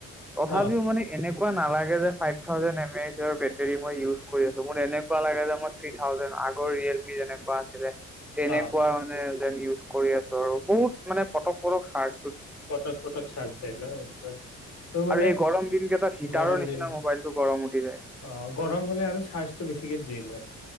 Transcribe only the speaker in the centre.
তথাপিও
মানে এনেকুৱা নো নালাগে যে ফাইভ থাউজেন এমএচৰ বেটাৰী মই ইউজ কৰি আছো, মোৰ এনেকুৱা লাগে যে মই থ্ৰি থাউজেন আগৰ ৰিয়েলিটী কেনেকুৱা আছিলে তেনেকুৱা
মানে তাত ইজ কৰি আছো ধৰো বহুত মানে পটক পটক চাৰ্জ
আৰু এই গৰম দিন কেইটাত হিটাৰৰ
নিচিনা
মোবাইলটো গৰম উঠি যায়